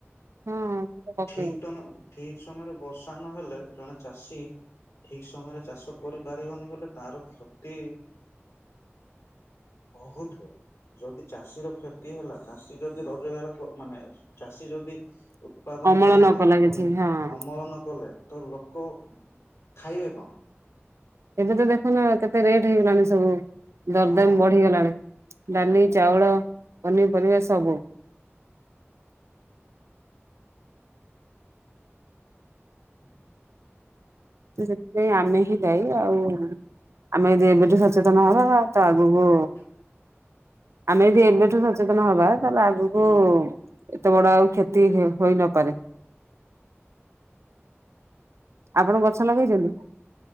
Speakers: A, on the right; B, on the left.
A: ହଁ ସେଟା ପକେଇବ
B: ଠିକ ତମ ଠିକ ସମୟରେ ବର୍ଷା ନହେଲେ ଜଣେ ଚାଷୀ ଠିକ ସମୟରେ ଚାଷ କରିପାରିବନି ବୋଲେ ତାର କ୍ଷତି ବହୁତ ହୁଏ। ଯଦି ଚାଷୀର କ୍ଷତି ହେଲା ଚାଷୀ ଯଦି ରୋଜଗାର ମାନେ ଚାଷୀ ଯଦି। ଉତ୍ପାଦନ
A: ଅମଳ
B: କଲା
A: ନ
B: ନାଇଁ
A: କିଛି
B: ପୁଣି
A: ହଁ।
B: ଅମଳ ନ କଲେ। ତ ଲୋକ ଖାଇବେ କଣ।
A: ଏବେ ତ ଦେଖନ୍ତୁ କେତେ ରେଟ୍ ହେଇଗଲାଣି ସବୁ। ଦରଦାମ
B: ହଁ
A: ବଢିଗଲାଣି
B: ହଁ
A: ଡାଲି ଚାଉଳ ପନିପରିବା ସବୁ।
B: <inaudible>
A: ସେଥିପାଇଁ ଆମେ ହିଁ ଦାଇ ଆଉ ଆମେ ଏବେଠୁ ସଚେତନ ହେବା। ତ ଆଗକୁ
B: ହ୍ୟାଲୋ
A: ଆମେ ଯଦି ଏବେଠୁ ସଚେତନ ହେବା। ତମେ ଆଗକୁ।
B: ହୁଁ
A: ଏତେ ବଡ ଆଉ କ୍ଷତି ହୋଇନପାରେ। ଆପଣ ଗଛ ଲଗେଇଛନ୍ତି।